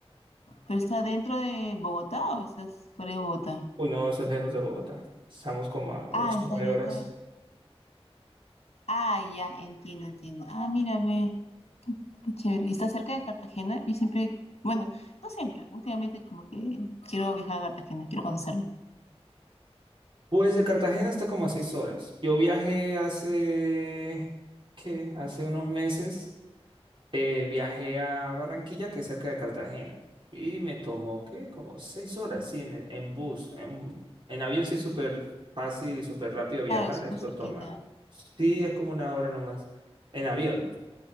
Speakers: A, on the left (about 75°); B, on the right (about 50°).
A: ¿Pero está dentro de Bogotá o estás fuera de Bogotá?
B: Uy, no, eso es lejos de Bogotá. Estamos como a 8,
A: Ah, estás
B: nueve
A: lejos
B: horas.
A: de... Ah, ya, entiendo, entiendo. Ah, mírame, qué chévere. ¿Y está cerca de Cartagena? Yo siempre, bueno, no siempre, últimamente como que quiero viajar a Cartagena, quiero conocerlo.
B: Pues de Cartagena está como a 6 horas. Yo viajé hace, ¿qué? Hace unos meses Eh, viajé a Barranquilla, que es cerca de Cartagena, y me tomó, ¿qué? Como seis horas, sí, en, el- en bus. En, en avión sí es súper fácil y súper rápido viajar,
A: Claro, es súper
B: eso
A: cerquita.
B: toma. Sí, es como una hora nomás. En avión.